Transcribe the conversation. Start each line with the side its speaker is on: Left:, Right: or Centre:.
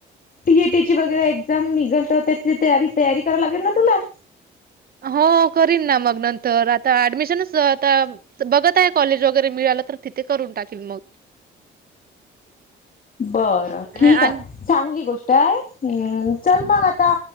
Left: टी एटीची वगैरे एक्झाम निघल तर त्याची तयारी करायला लागेल ना तुला
Right: हो करीन ना मग नंतर आता ऍडमिशनच आता बघत आहे. कॉलेज वगैरे मिळालं तर तिथे करून टाकेल मग.
Left: बरं ठीक
Right: आणि
Left: आहे. चांगली गोष्ट काय हम् चल मग आता